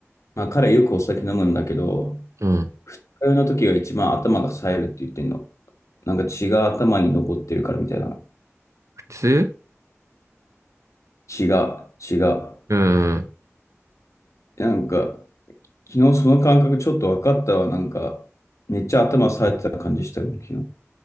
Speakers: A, on the left (about 80°); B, on the right (about 80°).
A: まあ、彼よくお酒飲むんだけど、
B: うん。
A: 通いの時が一番頭が冴えるって言ってんの。なんか血が頭に上ってるからみたいな。
B: 普通
A: 血が、血が。
B: うん。
A: なんか、昨日その感覚ちょっと分かったわ。なんか、めっちゃ頭冴えてた感じしたよ、昨日。